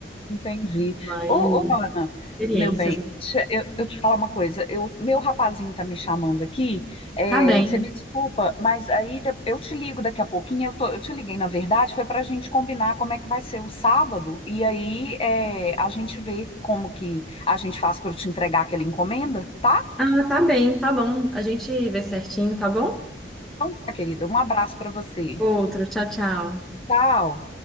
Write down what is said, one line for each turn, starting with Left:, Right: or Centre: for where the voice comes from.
Left: Entendi.
Centre: Mas
Left: Ô, ô, Ana,
Centre: experiências.
Left: meu bem,
Centre: né?
Left: deixa eu, eu te falar uma coisa. Eu, meu rapazinho tá me chamando aqui. É,
Centre: Tá bem.
Left: você me desculpa, mas aí de- eu te ligo daqui a pouquinho. Eu, tô, eu te liguei, na verdade, foi pra gente combinar como é que vai ser o sábado. E aí é, a gente vê como que a gente faz pra eu te entregar aquela encomenda, tá?
Centre: Ah, tá bem, tá bom. A gente vê certinho, tá bom?
Left: Então tá, querida. Um abraço pra você.
Centre: Outro, tchau, tchau.
Left: Tchau.